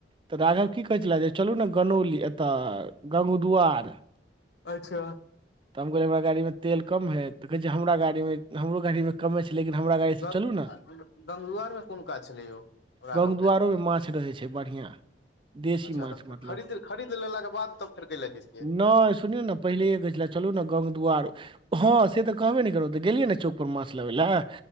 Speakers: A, on the right; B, on the left.
A: तऽ राघव की कहै छलए जे चलू ने गनौली एतय गङ्ंगद्वार
B: अच्छा
A: तऽ हम कहलियै हमरा गाड़ीमे तेल कम हइ तऽ कहै छै हमरा गाड़ीमे हमरो गाड़ीमे कमे छै लेकिन हमरा गाड़ी
B: बक
A: से चलू ने
B: गगुआरमे कोन काज छलै यौ राघव
A: गां दु्वार
B: के
A: में माछ रहे छै। बढ़िया देशी
B: अच्छा
A: माछ
B: तऽ
A: मतलब
B: खरीद खरीद लेलेला बाद, तब फेर की लेलै जछियै
A: नयि सुनियौ ने पहिलेे लेलै चलू न गंगदुआर मे हँ, से त कहबे नयि केलौ त गेलियै ने चौकपर माछ लबै लए